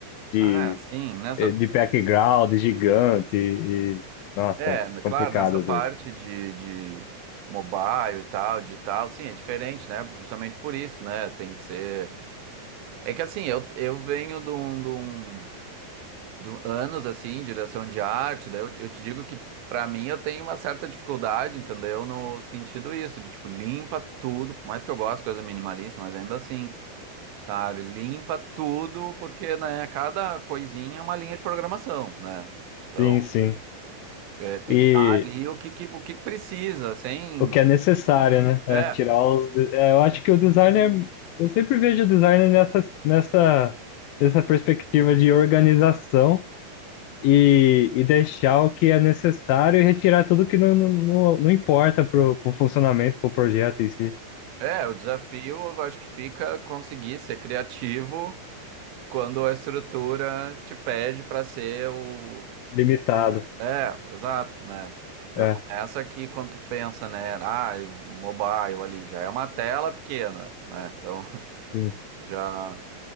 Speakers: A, on the left; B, on the right.
A: de
B: Ah, é, sim, nessa.
A: eh, de background gigante e, e- nossa,
B: É,
A: é
B: n-
A: complicado
B: claro, nessa
A: às
B: parte
A: vezes.
B: de, de mobile e tal, digital, sim, é diferente, né? Justamente por isso, né? Tem que ser. É que assim, eu, eu venho de um, de um, de um- anos assim, em direção de arte, daí eu, te- eu te digo que pra mim eu tenho uma certa dificuldade, entendeu? No sentido isso, de tipo, limpa tudo, por mais que eu goste de coisa minimalista, mas ainda assim, sabe? Limpa tudo, porque, né, cada coisinha é uma linha de programação, né? Então.
A: Sim, sim.
B: É, tem
A: E
B: que estar ali o que, que- o que precisa, sem.
A: o que é necessário, né? É
B: É,
A: tirar os. de- é, eu acho que o designer. Eu sempre vejo o designer nessa, nessa, nessa perspectiva de organização e, e deixar o que é necessário e retirar tudo que não, não, não não importa pro, pro funcionamento, pro projeto em si.
B: é, o desafio eu acho que fica conseguir ser criativo quando a estrutura te pede para ser o.
A: Limitado.
B: É, exato, né? Já
A: É,
B: começa aqui quando tu pensa, né? Ah, mobile ali, já é uma tela pequena, né? Então, <laughs>
A: sim.
B: já,